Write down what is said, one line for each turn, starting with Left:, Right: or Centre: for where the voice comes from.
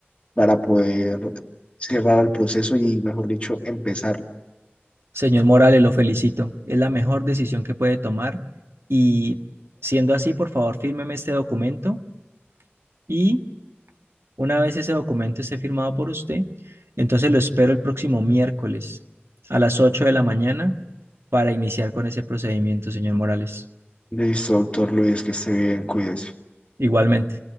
Left: para poder cerrar el proceso y, mejor dicho, empezar.
Right: Señor Morales, lo felicito. Es la mejor decisión que puede tomar y siendo así, por favor, fírmeme este documento y una vez ese documento esté firmado por usted, entonces lo espero el próximo miércoles a las 8 de la mañana para iniciar con ese procedimiento, señor Morales.
Left: Listo, doctor Luis, que esté bien, cuídese.
Right: Igualmente.